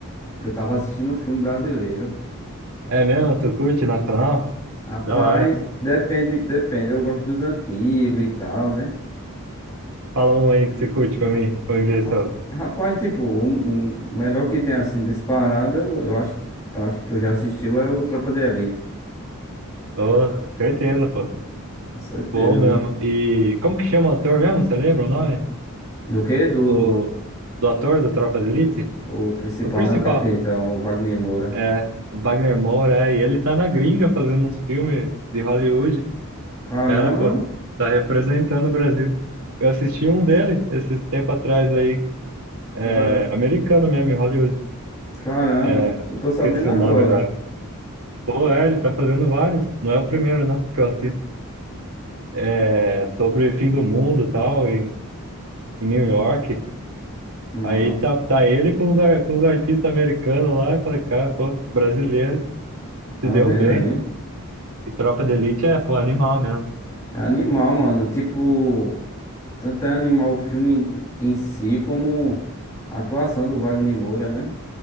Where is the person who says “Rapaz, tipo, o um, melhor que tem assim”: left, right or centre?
Left